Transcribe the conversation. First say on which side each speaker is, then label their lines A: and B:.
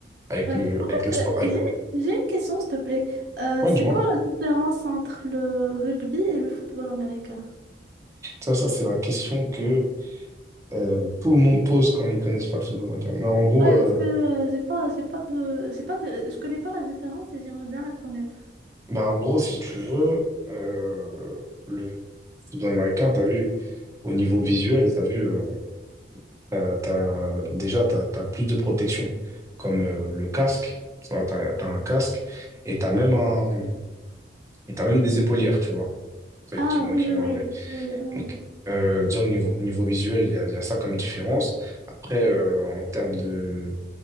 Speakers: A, on the right; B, on the right.
A: avec
B: Ouais.
A: le,
B: En
A: avec
B: fait,
A: le sport.
B: euh,
A: Avec...
B: j'ai j'ai une question, s'il te plaît. Euh,
A: Ouais,
B: c'est
A: du moins,
B: quoi la différence entre le rugby et le football américain?
A: ça, ça c'est la question que euh, tout le monde pose quand ils connaissent pas le football américain. Mais en gros,
B: Ouais,
A: euh,
B: parce que euh, j'ai pas, j'ai pas de, j'ai pas de, je connais pas la différence et j'aimerais bien la connaître.
A: bah, en gros, si tu veux, euh, le football américain, t'as vu, au niveau visuel, t'as vu, euh, t'as, t'as- déjà, t'as, t'as plus de protection, comme euh, le casque, tu vois, t'as, t'as un casque, et t'as même un, et t'as même des épaulières, tu vois,
B: Ah
A: qui vont,
B: oui,
A: qui
B: oui,
A: vont
B: oui,
A: avec.
B: oui. hum.
A: Donc, euh, déjà au niveau, au niveau visuel, il y a, il y a ça comme différence. Après, euh, en termes de,